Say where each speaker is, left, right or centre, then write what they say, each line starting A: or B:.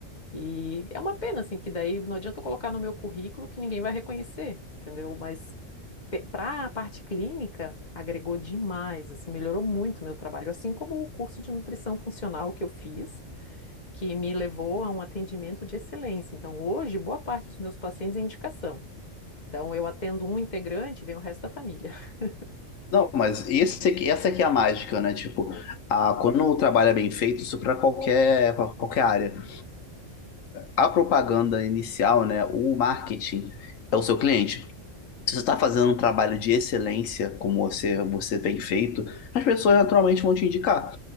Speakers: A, on the left; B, on the left.
A: E é uma pena, assim, porque daí não adianta eu colocar no meu currículo que ninguém vai reconhecer, entendeu? Mas para a parte clínica, agregou demais, assim, melhorou muito o meu trabalho, assim como o curso de nutrição funcional que eu fiz, que me levou a um atendimento de excelência. Então, hoje, boa parte dos meus pacientes é indicação. Então, eu atendo um integrante, vem o resto da família. <laughs>
B: Não, mas esse aqui, essa aqui é a mágica, né? Tipo, a, quando o trabalho é bem feito, isso para qualquer, pra qualquer área. A propaganda inicial, né? O marketing é o seu cliente. Se você está fazendo um trabalho de excelência, como você, você tem feito, as pessoas naturalmente vão te indicar.